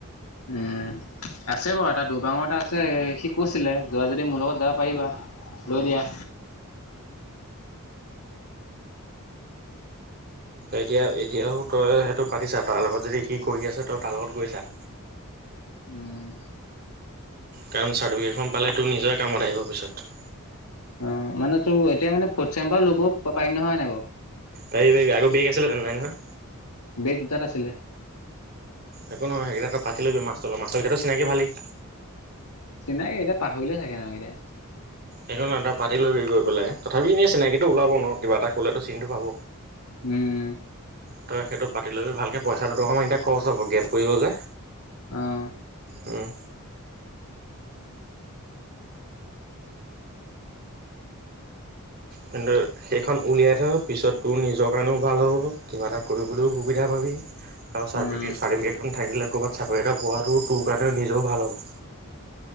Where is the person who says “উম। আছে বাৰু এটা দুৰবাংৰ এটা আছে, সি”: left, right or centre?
Left